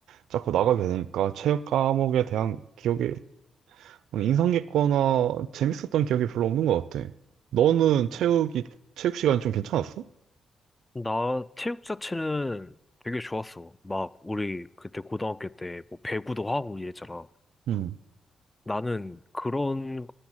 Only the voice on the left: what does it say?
나 체육 자체는 되게 좋았어. 막, 우리 그때 고등학교 때 뭐 배구도 하고 이랬잖아.
나는 그런